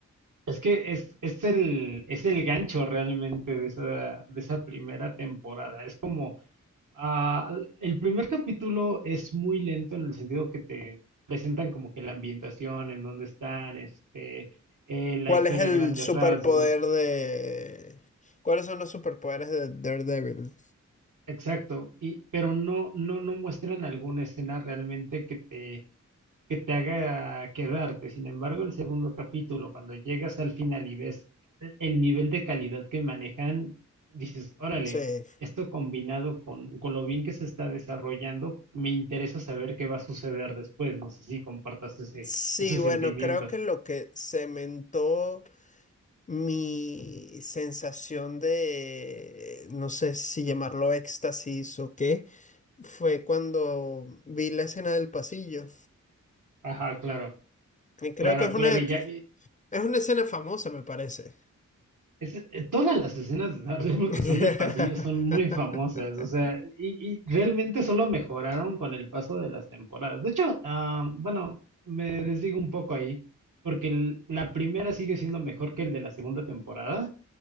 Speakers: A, on the right (about 85°); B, on the left (about 25°).
A: Es que es, es el, es el gancho realmente de esa, de esa primera temporada. Es como Ah, el primer capítulo es muy lento en el sentido que te presentan como que la ambientación, en dónde están, este, eh, la
B: ¿Cuál
A: historia
B: es el
A: a grandes
B: superpoder
A: rasgos,
B: de... ¿Cuáles son los superpoderes de Daredevil?
A: exacto, y, pero no, no, no muestran alguna escena realmente que te que te haga quedarte. Sin embargo, el segundo capítulo, cuando llegas al final y ves el el nivel de calidad que manejan, dices, órale,
B: Sí.
A: esto combinado con, con lo bien que se está desarrollando, me interesa saber qué va a suceder después. No sé si compartas ese,
B: Sí,
A: ese sentimiento.
B: bueno, creo que lo que cementó mi sensación de, no sé si llamarlo éxtasis o qué, fue cuando vi la escena del pasillo.
A: Ajá, claro,
B: Y creo
A: claro,
B: que es
A: claro.
B: una, es
A: Y ya,
B: una escena famosa, me parece.
A: Es, eh, todas las escenas de Daredevil
B: <laughs>
A: que son de pasillo son muy famosas, o sea, y, y realmente solo mejoraron con el paso de las temporadas. De hecho, ah, bueno, me desdigo un poco ahí, porque el- la primera sigue siendo mejor que el de la segunda temporada,